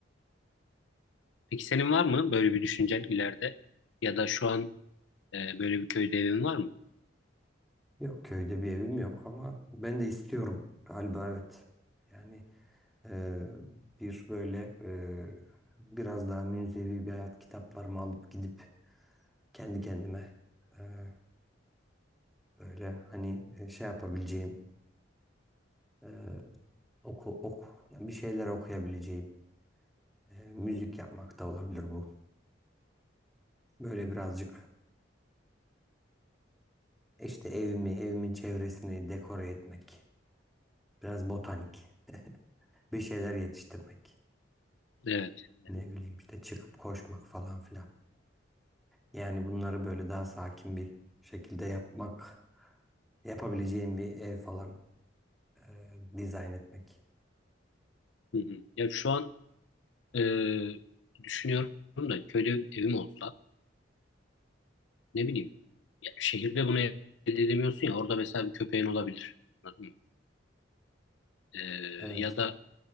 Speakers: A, on the left (about 75°); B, in the centre.
A: Peki senin var mı böyle bir düşüncen ileride? Ya da şu an e, böyle bir köyde evin var mı?
B: Yok köyde bir evim yok ama ben de istiyorum galiba evet. Yani e, bir böyle e, biraz daha münzevi bir hayat kitaplarımı alıp gidip kendi kendime e, böyle hani e, şey yapabileceğim e, oku oku yani bir şeyler okuyabileceğim e, müzik
A: Hı,
B: yapmak da olabilir bu. Böyle birazcık İşte evimi, evimin çevresini dekore etmek, biraz botanik, bir şeyler yetiştirmek,
A: Evet. evet.
B: ne bileyim işte çıkıp koşmak falan filan. Yani bunları böyle daha sakin bir şekilde yapmak, yapabileceğim bir ev falan e, dizayn etmek.
A: Hı hı. Ya şu an e, düşünüyorum da köyde evim olsa ne bileyim ya şehirde bunu elde edemiyorsun ya orada mesela bir köpeğin olabilir. Anladın mı? E,
B: Evet,
A: ya da